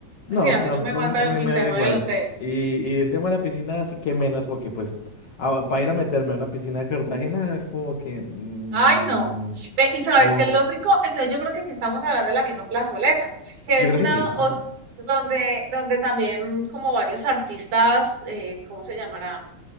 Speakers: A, on the left (about 55°); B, on the right (about 65°).
A: no,
B: Sí, a
A: no,
B: mí no
A: a mí,
B: me mata
A: a mí
B: el
A: me
B: tema
A: da igual.
B: del hotel.
A: Y, y el tema de la piscina sí que menos, porque pues ah, para ir a meterme a una piscina de Cartagena es como que, mm,
B: Ay, no. Ve, y sabes
A: como-
B: que es lo rico, entonces yo creo que sí estamos hablando de la misma plazoleta, que
A: yo
B: es
A: creo
B: una
A: que sí, ujú.
B: o- donde, donde también como varios artistas, eh, ¿cómo se llamará?